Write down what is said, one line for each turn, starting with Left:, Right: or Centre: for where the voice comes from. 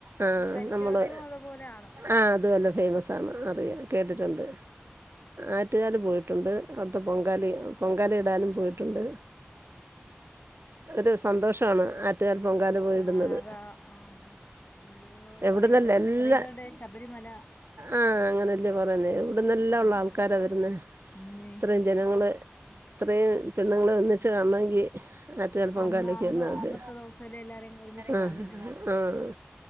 Right: ആഹ്
Left: കരിക്കകത്തും
Right: നമ്മള്
Left: അതുപോലെയാണ്
Right: ആഹ് അത് തന്നെ ഫേമസ് ആണ്
Left: ആഹ്
Right: അറിയാം കേട്ടിട്ടുണ്ട് ആറ്റുകാല് പോയിട്ടുണ്ട് അവിടുത്തെ പൊങ്കാലി പൊങ്കാല ഇടാനും പോയിട്ടുണ്ട് ഒരു സന്തോഷാണ് ആറ്റു റ്റുകാൽ പൊങ്കാല പോയിടുന്നത്.
Left: ആഹ് അതാ ആഹ് എന്തുവാ
Right: എവിടുന്നല്ല
Left: പറയുവല്ലോ
Right: എല്ലാ
Left: സ്ത്രീകളുടെ ശബരിമല
Right: ആഹ് അങ്ങനെല്ലേ പറയുന്നേ ഇവിടുന്നെല്ലാം ഉള്ള
Left: ഉം
Right: ആൾക്കാര വരുന്നെ
Left: പിന്നെ
Right: ഇത്രയും ജ ജനങ്ങള് ഇത്രയും പെണ്ണുങ്ങളെ ഒന്നിച്ച് കാണമെങ്കിൽ ആറ്റുകാൽ പൊങ്കാലക്ക്
Left: അന്ന് അന്ന്
Right: വന്നാൽമത്
Left: അന്നത്തെ ദിവസല്ലേ എല്ലാരേം ഒരുമിച്ച്
Right: ആഹ്
Left: കാണുന്നേ
Right: ആഹ്